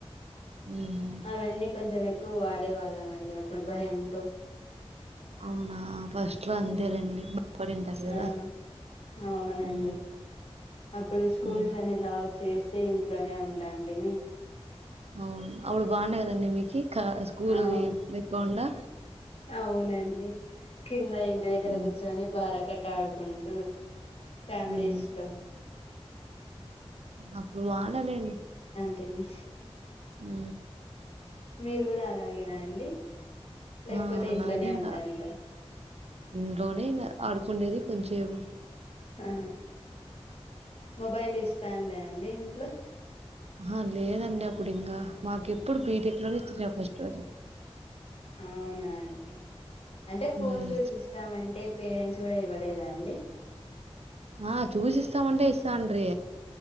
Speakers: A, on the right; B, on the left.
A: హ్మ్.
B: అవన్నీ కొంచెం క్కువ వాడే వాళ్ళం అండి అప్పుడ్ భయంతో
A: అవునా ఫస్ట్‌లో అంతేలెండి.
B: మ్
A: భయపడింటారు కదా!
B: ఆ అవునండి
A: హ్మ్.
B: అప్పుడు స్కూల్స్
A: హ్మ్.
B: అన్ని లా చేసి ఇంట్లోనే ఉంటా అండి మీ
A: అవును అపుడ్ బాగుండె కదండి మీకి స్కూలు
B: ఆ
A: ఏ లేకుకుండా
B: అవునండి కింద ఇంటి దగ్గర
A: హ్మ్.
B: కూర్చొని బారా కట్ ఆడుకుంటూ ఫ్యామిలీస్తొ
A: హ్మ్. అప్పుడు వాళలే
B: మి
A: మ్
B: మీరు గుడ అలాగేనా అండి లేక్పోతె
A: ఆ! అలాగే
B: ఇంట్లనే
A: ఇంగ.
B: ఉంటాంట
A: ఇంట్లోనే ఇగ ఆడుకుండేది కొంచం
B: హా మొబైల్ ఎస్త్ పండా అండి ఇంట్లో
A: అహ లేదండి అప్పుడు ఇంకా మాకెప్పుడు బీటెక్ లోనే ఇచ్చిన ఫస్ట్
B: అవునా అండి అంటె
A: హ్మ్.
B: ఫోన్ చూసిస్తమంటే పేరెంట్స్ గుడ ఇవ్వలేదా అండి
A: ఆ చూసిస్తామంటే ఇస్తాండ్రీ